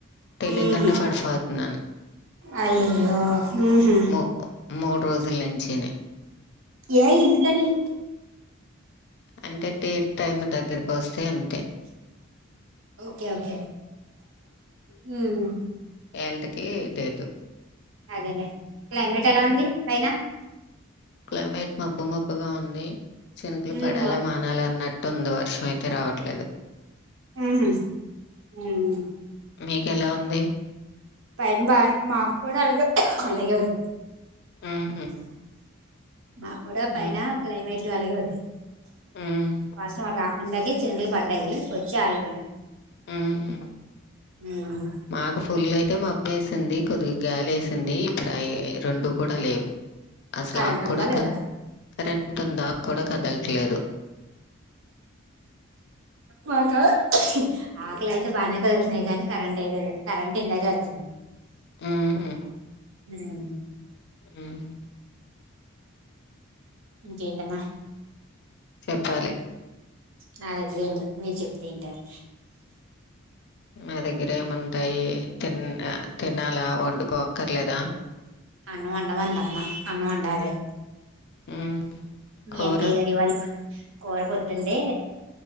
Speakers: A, on the left (about 55°); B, on the right (about 65°).
A: తెలియకుండా
B: ఉహు
A: పడిపోతున్నాను
B: అయ్యయ్యో ఉహు
A: ము మూడు రోజుల్ నుంచిని
B: ఏ ఎందుకు అని
A: అంటే డేట్ టైం దగ్గరకి వస్తే అంతే
B: ఓకే ఓకే హ్మ్
A: హెల్త్ కి డేట్
B: అదేలే క్లైమేట్ ఎలా ఉంది పైన
A: క్లైమేట్ మబ్బు మబ్బుగా ఉంది చినుకులు
B: ఉమ్
A: పడేలా మానాల అన్నట్ టుంది వర్షం అయితే రావట్లేదు
B: మ్మ్ హు మ్
A: మీకు ఎలా ఉంది
B: ట్రైన్ బాన్ మాక్కూడా అలగే అలాగే ఉంది
A: హ్మ్
B: మాక్కూడా పైన
A: మ్,
B: క్లైమేట్ అలాగే ఉంది
A: మ్.
B: వర్షం <unintelligible> ఇందాకే చినుకులు పడ్డాయి వచ్చి ఆగిపోయినాయ్
A: ఉమ్
B: హ్మ్
A: మాకు ఫుల్లు అయితే మబ్బు వేసింది కొద్దిగా గాలి వేసింది ఇప్పుడు అయి రెండు కూడా లేవు అసలు
B: కరెంట్
A: ఆక్కూడా
B: ఉందా లేదా
A: కదల్ కరెంట్ ఉంది ఆక్కూడా కదల్ ట్లేదు
B: మాకా ఆకలి అయితే బాగానే కలిసినాయి కానీ కరెంట్ అయితే లేదు కరెంట్ ఇందాకే వచ్చింది
A: హుహు.
B: హ్మ్
A: మ్మ్
B: ఇంకేంటమ్మా
A: చెప్పాలి
B: నా దగ్గర ఏం లేదు మీరు చేప్తే వింటాను
A: మా దగ్గర ఏముంటాయి తిన్ తినాలా వండుకో అక్కర్లేదా
B: అన్నం వండవంది అమ్మ అన్నం వండాలి
A: హ్మ్.
B: మీ
A: కూర?
B: అక్కే గారి ఇవాళ్ కూర పొద్దుందే